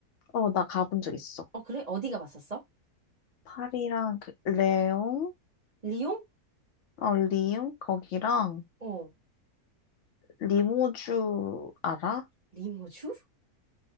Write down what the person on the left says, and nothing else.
어, 나 가본 적 있어.
파리랑 그 레옹,
어, 리옹 거기랑
리모주 알아?